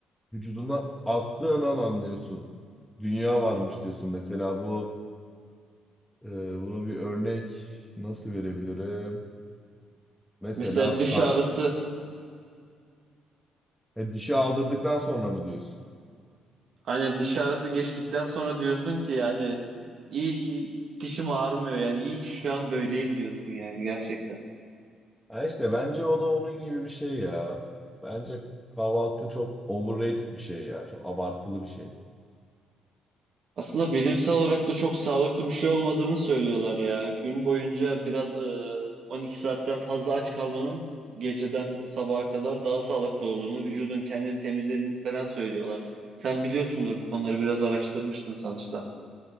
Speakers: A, in the centre; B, on the right.
A: vücuduna attığın an anlıyorsun. Dünya varmış diyorsun. Mesela bu e, buna bir örnek nasıl verebilirim? Mesela
B: Mesela
A: saç.
B: diş ağrısı
A: E, dişi aldırdıktan sonra mı diyorsun?
B: Hani diş ağrısı geçtikten sonra diyorsun ki yani iyi ki dişim ağrımıyor yani iyi ki şu an böyleyim diyorsun yani gerçekten.
A: Ha işte bence o da onun gibi bir şey ya. Bence kahvaltı çok overrated bir şey ya. Çok abartılı bir şey.
B: Aslında bilimsel olarak da çok sağlıklı bir şey olmadığını söylüyorlar ya. Gün boyunca biraz e, 12 saatten fazla aç kalmanın geceden sabaha kadar daha sağlıklı olduğunu, vücudun kendini temizlediğini falan söylüyorlar. Sen biliyorsundur bu konuları biraz araştırmıştın sanırsam.